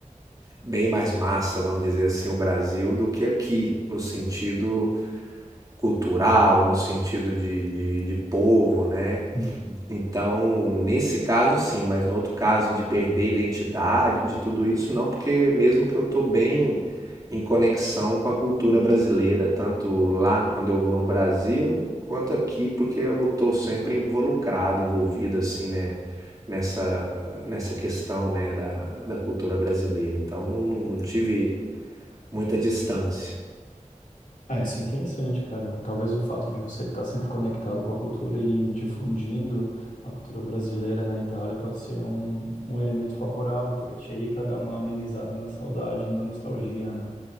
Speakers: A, on the right; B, on the left.
A: bem mais massa, vamos dizer assim, o Brasil do que aqui, no sentido cultural, no sentido de, de, de povo, né?
B: Uhum.
A: Então, nesse caso sim, mas no outro caso de perder identidade, de tudo isso, não, porque mesmo que eu estou bem em conexão com a cultura brasileira, tanto lá no- quando eu vou no Brasil, quanto aqui, porque eu estou sempre involucrado, envolvido assim, né, nessa, nessa questão, né, da, da cultura brasileira. Então, não, não, não tive muita distância.
B: Ah, isso é interessante, cara. Talvez o fato de você estar sempre conectado com a cultura e difundindo a cultura brasileira na Itália pode ser um, um elemento favorável para ti aí, para dar uma amenizada na saudade, na nostalgia, né?